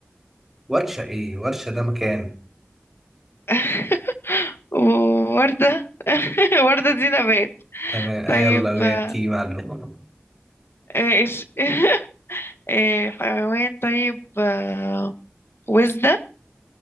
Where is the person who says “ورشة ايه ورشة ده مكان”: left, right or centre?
Centre